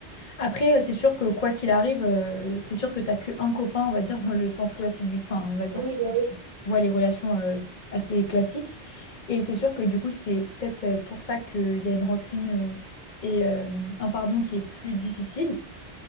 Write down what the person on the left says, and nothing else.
Après, euh, c'est sûr que quoi qu'il arrive, euh, c'est sûr que t'as que un copain, on va dire, dans le sens classique du... Enfin, on va dire,
voit les relations euh, assez classiques. Et c'est sûr que du coup, c'est peut-être euh, pour ça qu'il y a une rancune euh, et euh, un pardon qui est plus difficile.